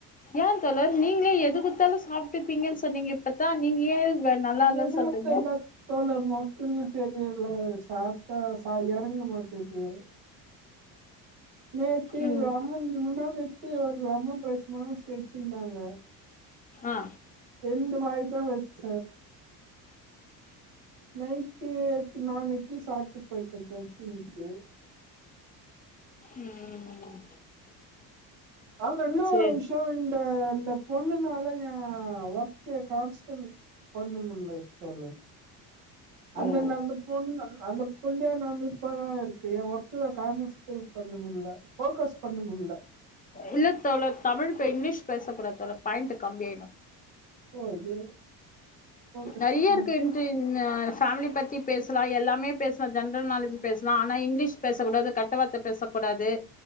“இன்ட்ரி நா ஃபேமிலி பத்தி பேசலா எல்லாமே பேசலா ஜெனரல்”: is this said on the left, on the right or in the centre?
Left